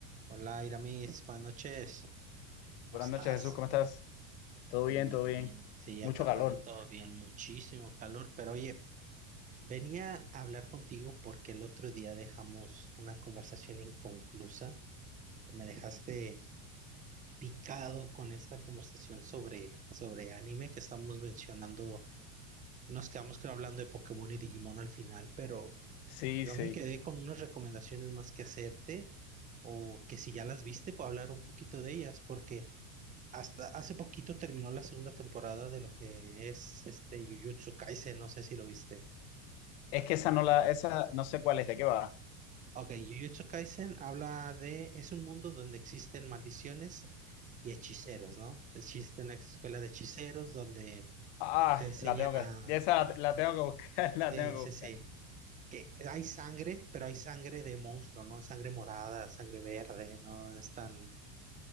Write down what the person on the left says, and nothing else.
Buenas
noches, Jesús, ¿cómo estás? Todo
bien,
todo bien.
Mucho
calor.
Sí,
sí.
Es que esa no la, esa no sé cuál es, ¿de qué va?
Ah,
la tengo que,
ya esa la, la tengo que buscar, <laughs> la
tengo que
buscar.